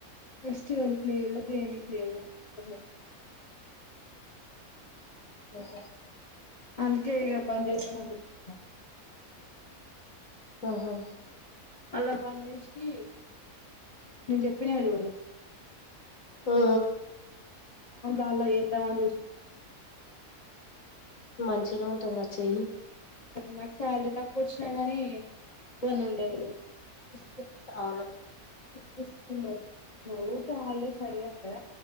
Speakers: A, on the left; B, on the left.
A: ఫెస్టివల్ కి లేదు దనికి లేదు ఇబ్బ
B: ఆఓహ
A: అందుకే పని చేద్దామని చెప్తాను
B: ఆహా
A: అలా పని చేసి నేను చెప్పిన చూడు
B: ఉ
A: అ వాళ్ల <unintelligible> చూస్తా
B: మంచిగానే ఉంటదిగా చెయ్యి
A: నాకు శాలరీ తక్కువ వచ్చినా గానీ కొన్ని ఉండదు వీస్ట్
B: అవును
A: తీసు ఊకె హాలిడేస్ అడగరు కదా